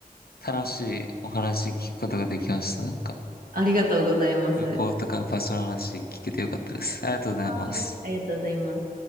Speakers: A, on the left; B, on the right.
A: 楽しいお話聞くことができました。なんか、
B: ありがとうございます。
A: 旅行とか場所の話聞けてよかったです。
B: は
A: ありがとうございます。
B: ーい。ありがとうございます。